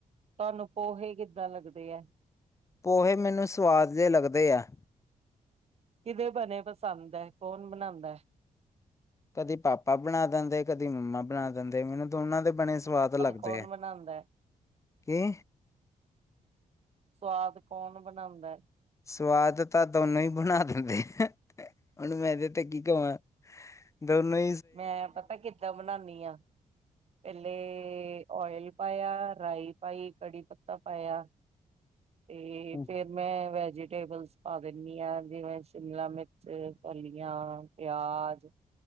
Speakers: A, on the right; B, on the left.
A: ਤੁਹਾਨੂੰ ਪੋਹੇ ਕਿੱਦਾਂ ਲੱਗਦੇ ਹੈ
B: ਪੋਹੇ ਮੈਨੂੰ ਸਵਾਦ ਜਿਹੇ ਲੱਗਦੇ ਆ,
A: ਕਿਦੇ ਬਣੇ ਪਸੰਦ ਹੈ ਕੌਣ ਬਣਾਉਂਦਾ
B: ਕਦੀ ਪਾਪਾ ਬਣਾ ਦਿੰਦੇ ਕਦੀ ਮੰਮਾ ਬਣਾ ਦਿੰਦੇ ਮੈਨੂੰ ਦੋਨਾਂ ਦੇ ਬਣੇ ਸਵਾਦ ਲੱਗਦੇ
A: ਕੌਣ
B: ਹੈ
A: ਬਣਾਉਂਦਾ ਹੈ
B: ਕੀ
A: ਸਵਾਦ ਕੌਣ ਬਣਾਉਂਦਾ,
B: ਸਵਾਦ ਤਾਂ ਦੋਨੋਂ ਹੀ ਬਣਾ ਦਿੰਦੇ ਆ ਹੁਣ ਮੈਂ ਦੇ ਤੇ ਕੀ ਕਹਾਂ ਦੋਨਾਂ
A: ਮੈਂ ਪਤਾ ਕਿੱਦਾਂ ਬਣਾਦੀ ਹਾਂ, ਪਹਿਲੇ ਓਇਲ ਪਾਇਆ ਰਾਈ ਪਾਈ ਕੜੀ ਪੱਤਾ ਪਾਇਆ,
B: <inaudible>
A: ਤੇ
B: ਹੂੰ
A: ਫੇਰ ਮੈਂ ਵੈਜੀਟੇਬਲਸ ਪਾ ਦਿੰਦੀ ਹਾਂ, ਜਿਵੇਂ ਸ਼ਿਮਲਾ ਮਿਰਚ ਫਲੀਆਂ ਪਿਆਜ,